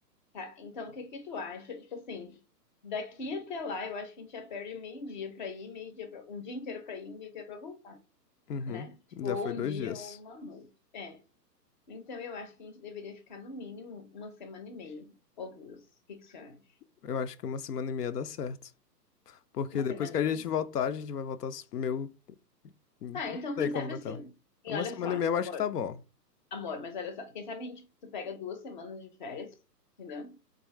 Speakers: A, on the left; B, on the left.
A: Tá, então o que que tu acha? Tipo assim, daqui até lá eu acho que a gente já perde meio-dia pra ir, meio-dia pra... um dia inteiro pra ir, um dia inteiro pra voltar,
B: Uhum.
A: né? Tipo,
B: Já
A: ou
B: foi
A: um
B: dois
A: dia
B: dias.
A: ou uma noite. É. Então eu acho que a gente deveria ficar no mínimo uma semana e meia ou duas. O que que você acha?
B: Eu acho que uma semana e meia dá certo. Porque
A: Uma
B: depois
A: semana
B: que
A: e
B: a
A: meia?
B: gente voltar, a gente vai voltar s- meio. Não
A: Tá, então quem
B: sei como
A: sabe
B: vai
A: assim.
B: estar.
A: E
B: Uma
A: olha
B: semana
A: só,
B: e meia eu
A: amor,
B: acho que tá bom.
A: amor, mas olha só, quem sabe a gente tu pega duas semanas de férias, entendeu?